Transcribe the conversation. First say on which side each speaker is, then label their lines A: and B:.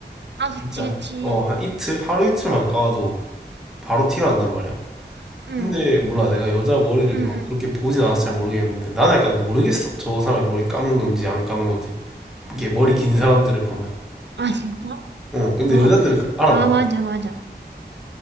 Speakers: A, on the right; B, in the centre.
A: 아,
B: 진짜
A: 그치, 그치.
B: 어 한 이틀 하루 이틀만 감아도 바로 티가 난단 말이야.
A: 응.
B: 근데 몰라 내가 여자 머리를
A: 응,
B: 막
A: 응.
B: 그렇게 보진 않아서 잘 모르겠는데 나는 약간 모르겠어 저 사람이 머리 감은 건지 안 감은 건지 이게 머리 긴 사람들을 보면
A: 아, 진짜?
B: 어
A: 어.
B: 근데 여자들은 까- 알아보나?
A: 아, 맞아, 맞아.